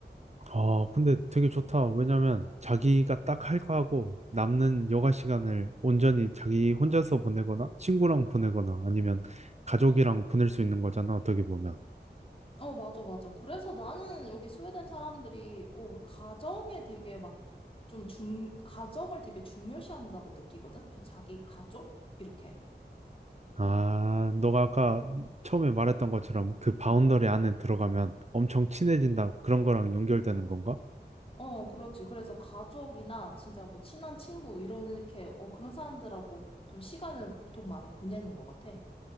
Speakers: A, on the right; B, on the left.
A: 아, 근데 되게 좋다. 왜냐면 자기가 딱 할 거 하고 남는 여가 시간을 온전히 자기 혼자서 보내거나 친구랑 보내거나 아니면 가족이랑 보낼 수 있는 거잖아, 어떻게 보면.
B: 어, 맞아, 맞아. 그래서 나는 여기 스웨덴 사람들이, 어, 가정에 되게 막 좀 중, 가정을 되게 중요시한다고 느끼거든? 좀 자기 가족? 이렇게.
A: 아, 너가 아까 처음에 말했던 것처럼 그 바운더리 안에 들어가면 엄청 친해진다. 그런 거랑 연결되는 건가?
B: 어, 그렇지. 그래서 가족이나 진짜 뭐 친한 친구, 이런, 이렇게, 어, 그런 사람들하고 좀 시간을 보통 많이 보내는 것 같아.